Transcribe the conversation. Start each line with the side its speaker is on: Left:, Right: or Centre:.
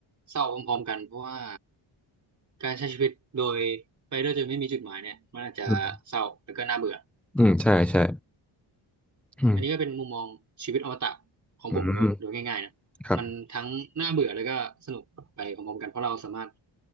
Right: เศร้าพร้อมๆกันเพราะว่า การใช้ชีวิตโดยไปด้วยจนไม่มีจุดหมายเนี่ยมันอาจจะเศร้าแล้วก็น่าเบื่อ
Centre: อืมอืมใช่ใช่อืม
Right: อันนี้ก็เป็นมุมมองชีวิตอมตะของผมแบบโดยง่ายๆนะมันทั้งน่าเบื่อแล้วก็สนุกไปพร้อมๆกันเพราะเราสามารถ
Centre: อืมครับ